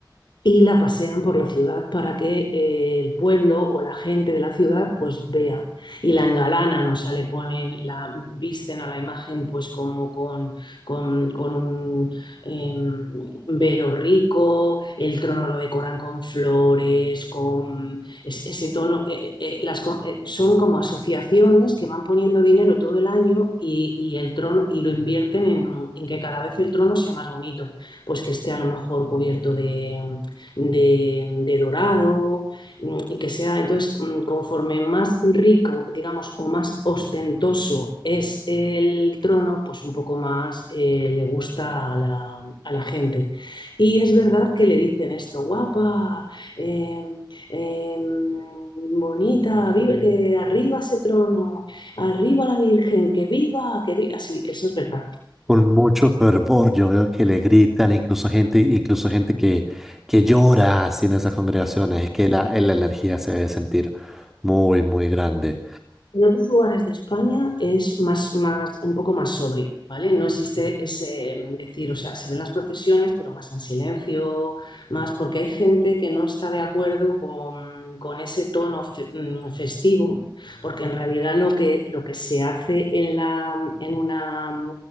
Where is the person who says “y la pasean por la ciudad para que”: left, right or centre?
Left